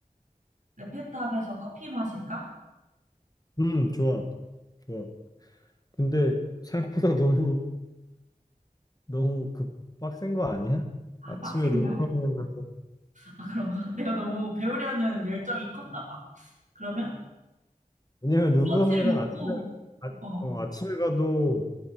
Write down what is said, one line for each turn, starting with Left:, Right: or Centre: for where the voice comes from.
Right: 에펠탑에서 커피 마실까?
Left: 음, 좋아, 좋아. 근데 생각보다 너무, 너무 급 빡센 거 아니야?
Right: 아,
Left: 아침에
Right: 빡센가?
Left: 루브르 가서,
Right: 아, 그런가? <laughs> 내가 너무 배우려는 열정이 컸나 봐. 그러면
Left: 왜냐면 루브르
Right: 브런치를 먹고
Left: 관 아침에, 아,
Right: 어,
Left: 어, 아침에 가도